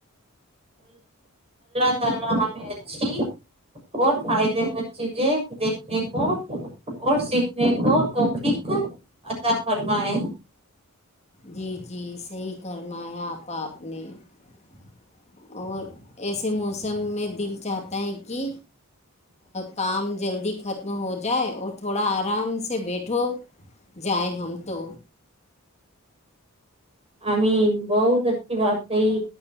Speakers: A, on the right (about 25°); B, on the left (about 30°).
A: اللہ تعالی ہمیں اچھی اور فائدے مند چیزیں دیکھنے کو اور سیکھنے کو توفک عطا فرمائے
B: جی جی صحیح کرمایا اپنے ا پا اور ایسے موسم میں دل چاہتا ہے کہ کام جلدی ختم ہو جائے اور تھوڑا آرام سے بیٹھو جائیں ہم تو
A: امین بہت اچھی بات کہی